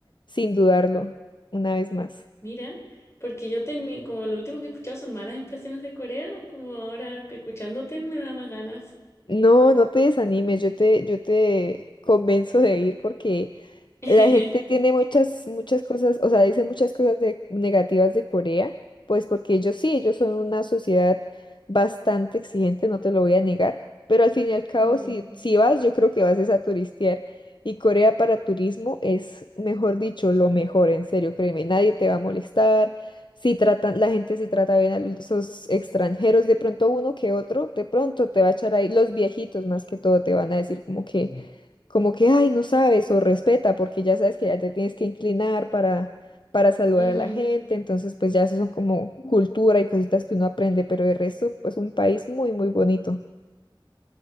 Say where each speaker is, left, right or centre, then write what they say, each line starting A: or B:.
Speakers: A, on the left (about 60°); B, on the left (about 30°).
A: sin dudarlo una vez más.
B: Mira, porque yo tenía, como lo último que he escuchado son malas impresiones de Corea, como ahora que escuchándote me da más ganas.
A: No, no te desanimes, yo te, yo te convenzo de ir porque
B: <laughs>
A: la gente tiene muchas, muchas cosas, o sea, dice muchas cosas de- negativas de Corea, pues porque ellos sí, ellos son una sociedad bastante exigente, no te lo voy a negar, pero al fin y al cabo,
B: Ujú,
A: si, si vas, yo creo que vas es a turistear. Y Corea para turismo es, mejor dicho, lo mejor, en serio, créeme, nadie te va a molestar. Si tratan, la gente si trata bien a los extranjeros, de pronto uno que otro, de pronto te va a echar ahí, los viejitos más que todo te van a decir como que, como que, ay, no sabes o respeta, porque ya sabes que ya te tienes que inclinar para, para saludar
B: ujú.
A: a la gente, entonces pues ya eso son como cultura y cositas que uno aprende, pero de resto pues un país muy, muy bonito. <laughs>